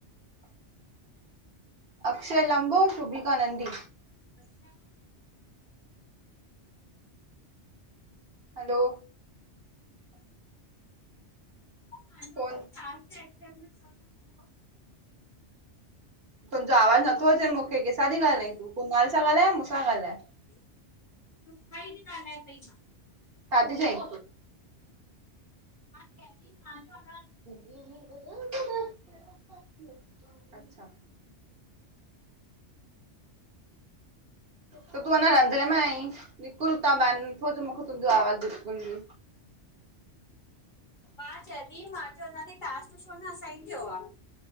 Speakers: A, on the right; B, on the left.
A: अक्षय लंबो, शुभिका नंढ़ी।
B: असल मा <inaudible>
A: हलो
B: मुहिंजो अञा
A: फोन
B: ताई टास्क ही एक्सेप्ट न कयो तन पूरो
A: तुंहिंजो आवाज नथो अचे मूंखे कंहिंसां थी
B: हा
A: ॻाल्हाईूं तूं? कुनाल सां ॻाल्हाए मूंसां ॻाल्हाए।
B: तो सां ई थी ॻाल्हायाए पई मां।
A: छा ती चईं?
B: मा चवां ती मांजो अगर
A: कीं व <unintelligible>
B: आहे
A: अच्छा त तूं अञा रंधणे में आई निकुर हुतां ॿाहर नथो अचे मूंखे तुंहिंजो आवाज बिल्कुल भी।
B: मा चईती थी मांजो अञा ताईं टास्क छो न असाइन थियो आ?